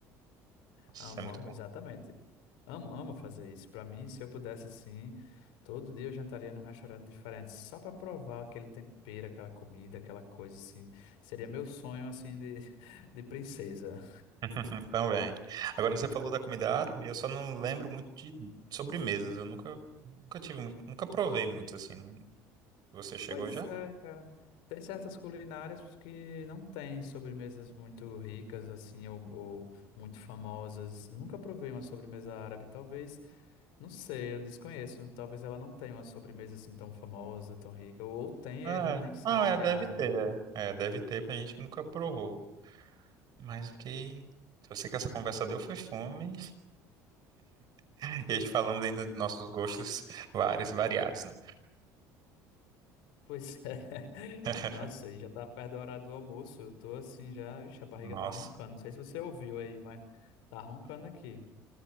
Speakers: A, on the right (about 55°); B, on the left (about 75°).
A: Nossa,
B: Amo,
A: Isso é muito
B: amo,
A: bom.
B: exatamente. Amo, amo fazer isso. Pra mim, se eu pudesse assim, todo dia eu jantaria num restaurante diferente, só pra provar aquele tempero, aquela comida, aquela coisa assim. Seria meu sonho assim de, <laughs> de princesa.
A: <laughs> Também. Agora você falou da comida árabe, eu só não lembro muito de sobremesas. Eu nunca, nunca tive, muito- nunca provei muito assim. Não- Você chegou
B: Pois
A: já?
B: é, cara. Tem certas culinárias que não têm sobremesas muito ricas, assim, ou, ou muito famosas. Nunca provei uma sobremesa árabe. Talvez, não sei, eu desconheço. Talvez ela não tenha uma sobremesa assim tão famosa, tão rica. Ou tem, e
A: É.
B: a gente nem sabe
A: Não, é,
B: que
A: deve
B: é árabe,
A: ter.
B: né?
A: É, deve ter pra gente que nunca provou. Mas fiquei. Eu sei que essa conversa deu foi fome. <laughs> E a gente falamos ainda de nossos gostos vários, variados, né?
B: Pois é. <laughs>
A: <laughs>
B: Nossa, e já tá perto da hora do almoço. Eu tô assim já. Ixi, a barriga
A: Nossa.
B: tá roncando. Não sei se você ouviu aí, mas tá roncando aqui.